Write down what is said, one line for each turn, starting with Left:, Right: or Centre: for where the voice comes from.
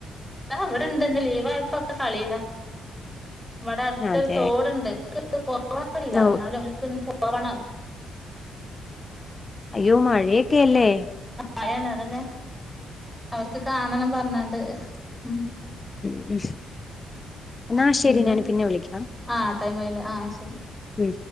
Centre: അവിടെ എന്തന്നഈ വായ്പൊക്കെ കളില്ല ഇവിടെ അടുത്തൊരു
Left: അതെ
Centre: തോടുണ്ട് എ പോവാറില്ല
Left: ഓ,
Centre: എന്നാലും ഒക്ക് പവണ
Left: അയ്യോ മാഴിയ കേല്ലേ
Centre: ആഴാണ് അതന്നെ അവർക്ക് കാണണം പറഞ്ഞാണ്ട് ഉ
Left: എ എന്നാ ശെരി
Centre: ഇന്ന്
Left: ഞൻ പിന്നെ വിളിക്കാം
Centre: ആ ടൈം ആയില്ലേ ആ ശരി
Left: ഉ